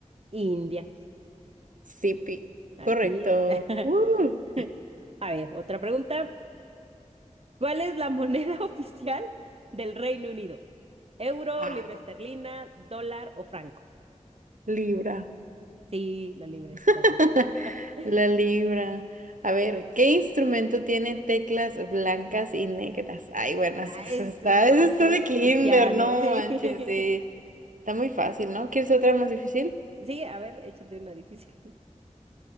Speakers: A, on the right (about 50°); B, on the right (about 80°).
A: India,
B: Sipi.
A: al
B: Correcto.
A: fin.
B: ¡Woo!
A: <laughs> A ver, otra pregunta. ¿Cuál es la moneda <laughs> oficial del Reino Unido? ¿Euro,
B: Ah,
A: libra esterlina, dólar o franco?
B: Libra.
A: Sí, la libra esterlina.
B: <laughs>
A: <laughs>
B: La libra. A ver, ¿qué instrumento tiene teclas blancas y negras? Ay, bueno,
A: Ah,
B: <laughs> es- eso
A: eso
B: está,
A: es fácil.
B: eso está de kinder,
A: El piano,
B: no
A: sí.
B: manches,
A: <laughs>
B: sí. Está muy fácil, ¿no? ¿Quieres otra más difícil?
A: Sí, a ver, échate una difícil.